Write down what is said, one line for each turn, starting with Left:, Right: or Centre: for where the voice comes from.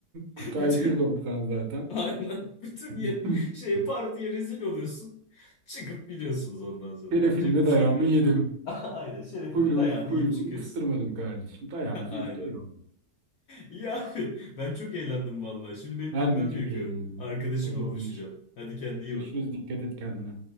Right: Kutay
Left: Bütün
Right: 1.90 zaten.
Left: aynen bütün yer
Right: <laughs>
Left: şey partiye rezil oluyorsun. Çıkıp gidiyorsunuz ondan sonra
Right: Telefimle
Left: yapacak bir şey
Right: dayağımı
Left: yok artık.
Right: yedim.
Left: <laughs> Aynen şerefine
Right: Kuyruğu,
Left: dayağını
Right: kuyruğumu
Left: yiyip çıkıyorsun.
Right: kıstırmadım kardeşim. Dayağımızı
Left: <laughs> Aynen.
Right: yedik eyvallah.
Left: İyi abi. Ben çok eğlendim vallahi. Şimdi benim
Right: Ben
Left: gitmem
Right: de çok
Left: gerekiyor.
Right: eğlendim.
Left: Arkadaşımla
Right: Tamamdır.
Left: buluşacağım. Hadi kendine iyi
Right: Görüşürüz.
Left: bak.
Right: Dikkat et kendine.